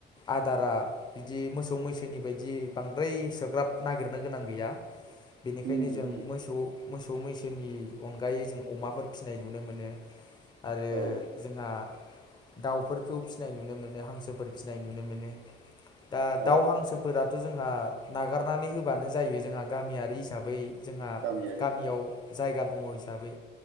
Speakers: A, on the left (about 20°); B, on the right (about 85°).
A: आदारा बि दि मोसौ मैसोनि बायदि बांद्राय इसोग्राब नागिरनो गोनां गैया। बेनिखायनो
B: उम
A: जों
B: उम
A: मोसौ मोसौ मैसोनि अनगायै जों अमाफोर फिसिनाय नुनो मोनो। आरो
B: औ
A: जोंहा दाउफोरखौ फिसिनाय नुनो मोनो, हांसोफोर फिसिनाय नुनो मोनो। दा
B: औ
A: दाउ हांसोफोराथ' जोंहा नागारनानै होबानो जायो जोंहा गामियारि हिसाबै जोंहा
B: गामियारि
A: गामियाव
B: हिसाबै
A: जायगा दङ हिसाबै